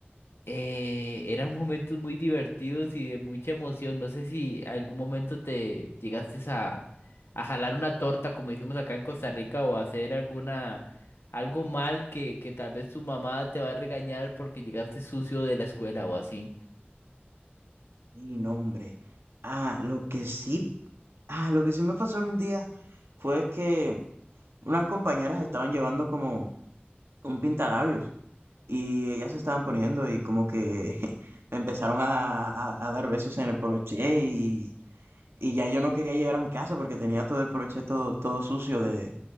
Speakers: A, on the left; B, on the right.
A: eh, eran momentos muy divertidos y de mucha emoción. No sé si algún momento te llegaste a, a jalar una torta, como hicimos acá en Costa Rica, o hacer alguna, algo mal que, que tal vez tu mamá te va a regañar porque llegaste sucio de la escuela o así.
B: Y nombre. Ah, lo que sí, ah, lo que sí me pasó un día fue que unas compañeras estaban llevando como un pintalabios y ellas se estaban poniendo y como que <laughs> me empezaron a, a- a dar besos en el poloché y, y ya yo no quería llegar a mi casa porque tenía todo el poloché todo, todo sucio de,